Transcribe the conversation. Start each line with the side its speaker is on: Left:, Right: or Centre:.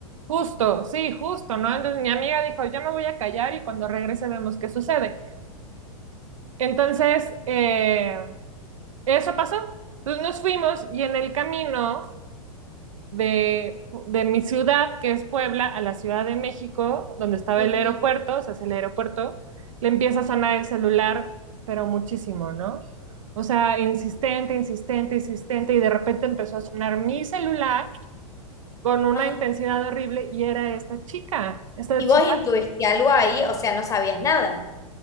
Right: justo, sí, justo, ¿no? Entonces mi amiga dijo, yo me voy a callar y cuando regrese vemos qué sucede. Entonces, eh, eso pasó. Entonces nos fuimos y en el camino... de, de mi ciudad, que es Puebla, a la Ciudad de México, donde estaba
Left: Ujú.
Right: el aeropuerto, o sea, hacia el aeropuerto, le empieza a sonar el celular, pero muchísimo, ¿no? O sea, insistente, insistente, insistente, y de repente empezó a sonar mi celular con una
Left: Ajá.
Right: intensidad horrible y era esta chica, esta
Left: ¿Y
Right: chica.
Left: vos intuiste algo ahí? O sea, no sabías nada.